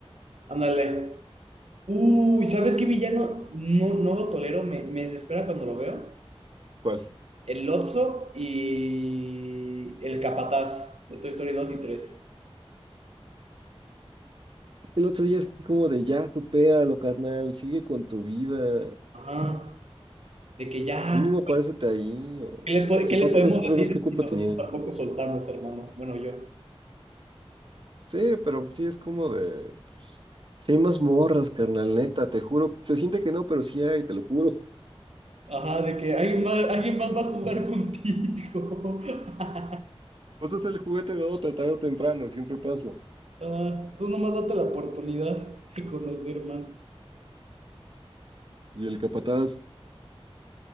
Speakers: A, on the right (about 80°); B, on the right (about 55°).
A: Ándale. Uy, ¿sabes qué villano? No, no lo tolero, me, me desespera cuando lo veo.
B: ¿Cuál?
A: El Lotso y el Capataz de Toy Story 2 y 3.
B: El otro día es así como de ya, supéralo, carnal, sigue con tu vida.
A: Ajá. De que ya,
B: Mínimo párate ahí, o...
A: ¿qué le, po- qué
B: Y aparte
A: le podemos
B: nosotros
A: decir
B: dos, ¿qué culpa
A: si nosotros
B: tenían?
A: tampoco soltamos, hermano? Bueno, yo.
B: Sí, pero sí es como de... Pues, sí hay más morras, carnal, neta, te juro. Se siente que no, pero sí hay, te lo juro.
A: Ajá, de que alguien más, alguien más va a jugar contigo. <laughs>
B: Vas a ser el juguete de otra tarde o temprano, siempre pasa.
A: Ah, tú nomás date la oportunidad de conocer más.
B: Y el capataz,